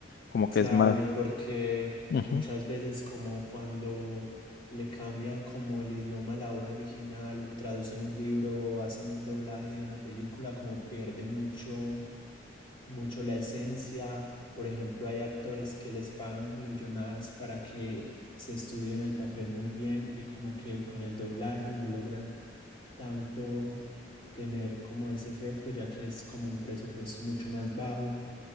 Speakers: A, on the left (about 55°); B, on the left (about 30°).
A: como
B: Claro,
A: que es más.
B: y porque
A: Ujú,
B: muchas veces como cuando le cambian como el idioma a la obra original, traducen un libro o hacen un doblaje de una película, como pierde mucho mucho la esencia. Por ejemplo, hay actores que les pagan millonadas para que se estudien el papel muy bien y como que con el doblaje no logran tanto tener como ese efecto, ya que es como un presupuesto mucho más bajo